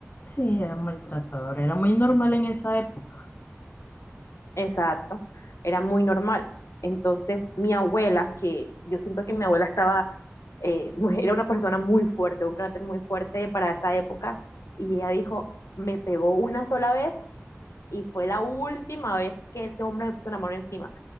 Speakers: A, on the left; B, on the left.
A: Sí, era maltratador, era muy normal en esa época.
B: Exacto, era muy normal. Entonces, mi abuela, que yo siento que mi abuela estaba, eh, <laughs> era una persona muy fuerte, un carácter muy fuerte para esa época, y ella dijo, me pegó una sola vez y fue la última vez que ese hombre me puso una mano encima,